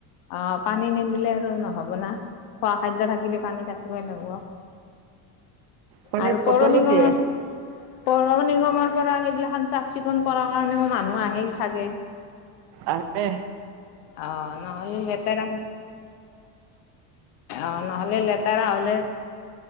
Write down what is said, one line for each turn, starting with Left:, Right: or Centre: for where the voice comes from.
Left: অ', পানী নিদিল আৰু নহব না, খোৱা খাদ্য থাকিলে পানী থাকিবই লাগিব
Right: পানী
Left: আৰু
Right: বটলো
Left: পৌৰ নিগমৰ
Right: দিয়ে
Left: পৌৰ নিগমৰ পৰা সেইবিলাক চাফ চিকুণ কৰৰ কাৰণে মানুহ আহেই চাগে
Right: আহে।
Left: অ' নহ'লে লেতেৰা অ' নহ'লে লেতেৰা হ'লে